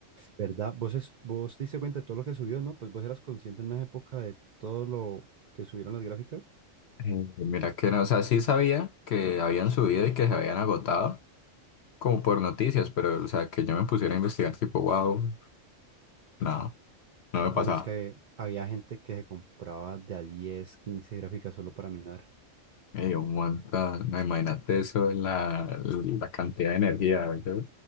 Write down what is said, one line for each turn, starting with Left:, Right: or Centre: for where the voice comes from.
Right: ¿verdad? Vos, es- vos te diste cuenta de todo lo que subió, ¿no? Pues vos eras consciente en una época de todo lo que subieron las gráficas.
Left: Eh, Mira que no, o sea, sí sabía que habían subido y que se habían agotado, como por noticias, pero, o sea, que yo me pusiera a investigar, tipo, wow, no, no me pasaba.
Right: Mano, es que había, gente que se compraba de a 10, 15 gráficas solo para minar.
Left: Me dio un montón, no, imagínate eso, la, la cantidad de energía, ¿verdad?